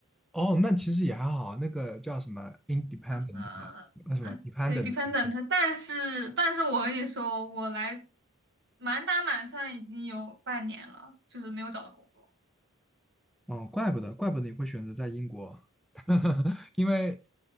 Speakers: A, in the centre; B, on the right.
A: 哦，那其实也还好，那个叫什么 independent
B: 呃，
A: 吧，那什么 dependent
B: 对，dependent，
A: 签证。
B: 但是但是我跟你说，我来满打满算已经有半年了，就是没有找到工作。
A: 哦，怪不得，怪不得你会选择在英国，<laughs> 因为